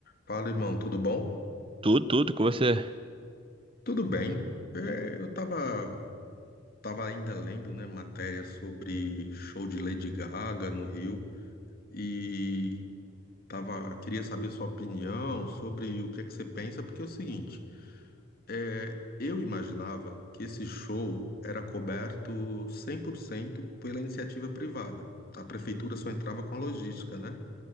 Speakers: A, on the left (about 50°); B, on the right (about 25°).
A: Fala, irmão, tudo bom?
B: Tudo, tudo que você.
A: Tudo bem. É, eu tava, tava ainda lendo, né, matéria sobre show de Lady Gaga no Rio e tava, queria saber sua opinião sobre o que é que você pensa, porque é o seguinte, é, eu imaginava que esse show era coberto 100% pela iniciativa privada. A prefeitura só entrava com a logística, né?